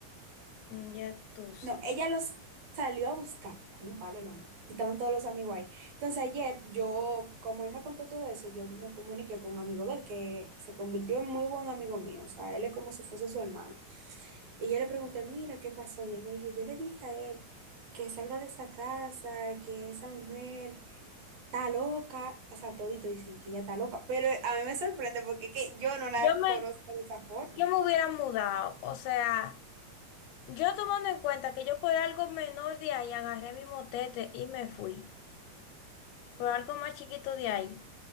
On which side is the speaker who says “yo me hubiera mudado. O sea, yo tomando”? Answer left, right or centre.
Left